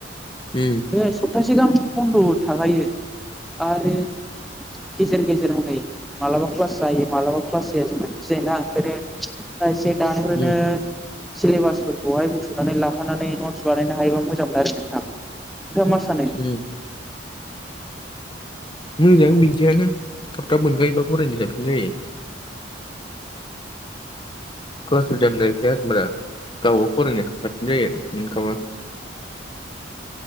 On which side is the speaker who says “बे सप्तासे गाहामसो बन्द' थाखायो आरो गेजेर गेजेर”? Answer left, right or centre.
Centre